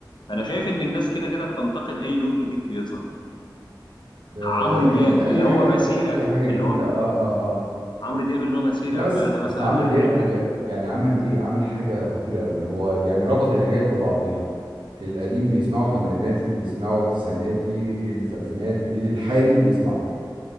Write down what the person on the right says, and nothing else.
آه،
اكيد اي
حاجة
اي حاجة
جديدة
اه اه اه
لا بس
بس عمرو
دياب انا ب... يعني عمل ايه عمل حاجة خطيرة قوي هو يعني ربط الاجيال ببعضيها القديم بيسمعوا تمانيناتي بيسمعوا التسعيناتي اللي في الفينات الجيل الحالي بيسمعوا